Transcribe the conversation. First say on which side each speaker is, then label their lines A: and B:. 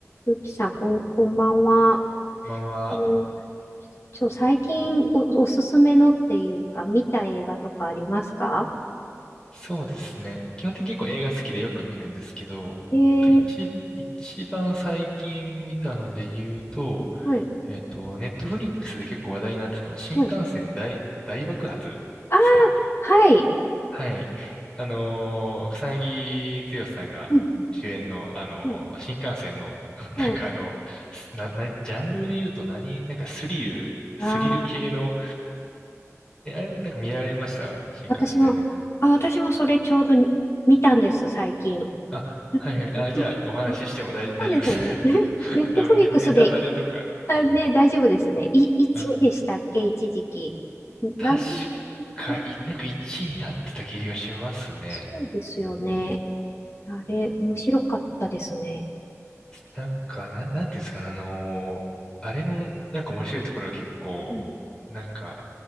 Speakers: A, on the left; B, on the left.
A: ゆきさん、こん、こんばんは。
B: こんばんは。
A: あの、ちょ、最近お、おすすめのっていうか、見た映画とかありますか
B: そうですね。基本的に結構映画好きでよく見るんですけど、
A: えー、
B: えっと、一、一番最近見たので言うと、
A: はい、
B: えっと、ネットフリックスで結構話題になってたのは、新幹線大、
A: はい。
B: 大爆発ですかね。
A: ああ、はい。
B: はい。あのー草薙剛さんが主演の、
A: うん、
B: あのー新幹線の、
A: うん、
B: <laughs>
A: はい。
B: なんかあの、
A: はい
B: な、な、ジャンルで言うと何、なんかスリル、スリル系の、
A: ああ
B: え、あれ、なんか見られました新幹線大爆
A: 私も、あ、私もそれちょうどに見たんです、最近。
B: あ、
A: なんか、
B: はいはい。
A: ネットフ、
B: あ、じゃあ、お話ししても大、<laughs> 大丈夫です。
A: そうですよね。<laughs>
B: <laughs>
A: ネットフリックスで、
B: あの、ネ、ネタバレとか。
A: あ、ね、大丈夫ですね。い、1位でしたっけ、
B: あ、
A: 一時期。
B: 確
A: ランキン
B: か、
A: グ、
B: い、なんか1位になってた気がしますね。
A: そうですよね。あれ、面白かったですね。
B: なんか、なん、なんていうんですか、あのーあれの、なんか面白いところが結構、
A: うん
B: なんか、